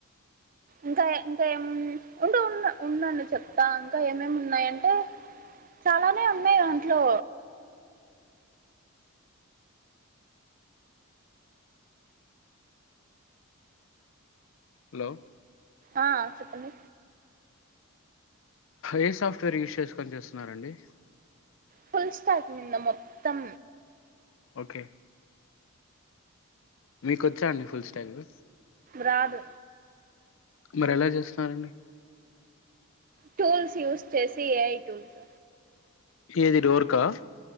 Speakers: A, on the right; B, on the left.
A: ఇంకా ఇంకా ఏం ఉండే ఉన్నా ఉండండి చెప్తా ఇంకా ఏమేమి ఉన్నాయంటే చాలానే ఉన్నాయి ఒంట్లో
B: హలో
A: ఆ చెప్పండి
B: ఏ సాఫ్ట్వేర్ యూస్ చేసుకొని చేస్తున్నారండి
A: ఫుల్ స్టాక్ మీద మొత్తం
B: ఓకే మీకు వచ్చా అండి ఫుల్ స్టాగు
A: రాదు
B: మరి ఎలా చేస్తున్నారండి
A: టూల్స్ యూస్ చేసి ఏఐ టూల్స్
B: ఏది డోర్కా